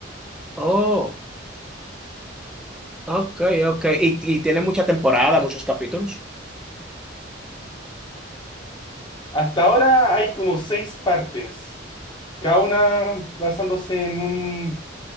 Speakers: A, in the centre; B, on the left.
A: Oh, ok, ok. Y, y tiene mucha temporada, muchos capítulos.
B: Hasta ahora hay como seis partes, cada una basándose en un